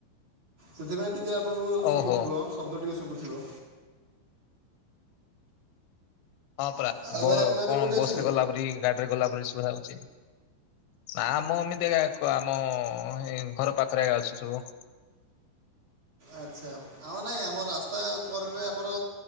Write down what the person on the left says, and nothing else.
ଓହୋ।
ହଁ ପରା
ବ
କଣ
ବସରେ ଗଲାପରି ଗାଡିରେ ଗଲାପରି ଶୁଭା ଯାଉଛି। ନା ମ ଏମିତି ଆକ ଆମ ଏଇ ଘର ପାଖରେ ଅଛି ସବୁ।